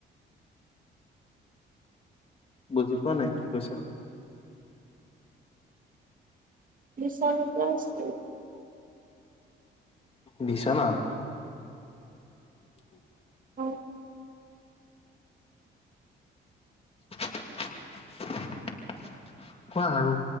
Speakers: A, on the left; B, on the right.
A: বুজি পোৱা নাই কি কৈছা?
B: বিচনাতে আছো।
A: বিচনাত? <inaudible>
B: অঁ।
A: কোৱা আৰু,